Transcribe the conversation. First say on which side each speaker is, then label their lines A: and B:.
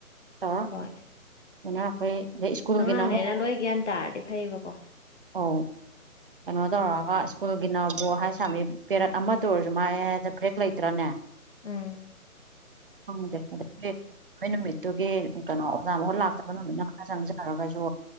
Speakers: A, on the right; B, on the left.
A: ꯇꯧꯔ
B: ꯍꯏ
A: ꯑꯗꯨꯅ ꯑꯩꯈꯣꯏ ꯑꯗꯩ ꯁ꯭ꯀꯨꯜꯒꯤꯅ
B: ꯑꯉꯥꯡꯅꯦꯅ
A: ꯑꯃꯨꯛ
B: ꯂꯣꯏ ꯒ꯭ꯌꯥꯟ ꯇꯥꯔꯗꯤ ꯐꯩꯌꯦꯕꯀꯣ
A: ꯑꯥꯎ ꯀꯩꯅꯣ ꯇꯧꯔꯑꯒ ꯁ꯭ꯀꯨꯜꯒꯤꯅꯕꯨ ꯍꯥꯏ ꯁꯥꯃꯤ ꯄꯦꯔꯠ ꯑꯃꯇ ꯑꯣꯏꯔꯁꯨ ꯃꯥꯏꯗ ꯕ꯭ꯔꯦꯛ ꯂꯩꯇ꯭ꯔꯅꯦ
B: ꯎꯝ
A: ꯍꯪꯗꯦ ꯑꯗꯒꯤ ꯃꯣꯏ ꯅꯨꯃꯤꯠꯇꯨꯒꯤ ꯀꯩꯅꯣ ꯑꯣꯖꯥ ꯃꯍꯨꯠ ꯂꯥꯛꯇꯕ ꯅꯨꯃꯤꯠꯅ ꯈꯔ ꯆꯪꯖꯔꯒ ꯁꯨ